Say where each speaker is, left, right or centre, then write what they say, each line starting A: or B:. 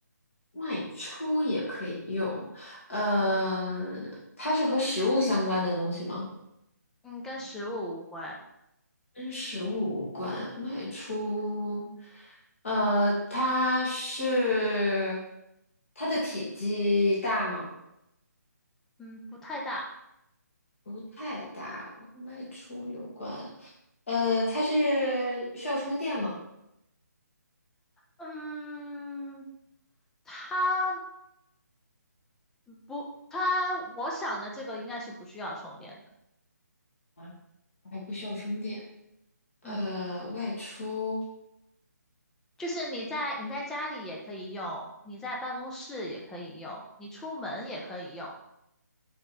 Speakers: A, on the left (about 45°); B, in the centre.
A: 外出也可以用，呃，
B: 嗯
A: 它是和食物相关的东西吗？
B: 嗯，跟食物无关。
A: 跟食物无关，外出，呃，它是它的体积大吗？
B: 嗯，不太大。
A: 不太大，和外出有关。呃，它是需要充电吗？
B: 嗯，它不，它我想的这个应该是不需要充电的。
A: 啊，还不需要充电。呃，
B: 嗯，
A: 外出
B: 就是你在你在家里也可以用，你在办公室也可以用，你出门也可以用。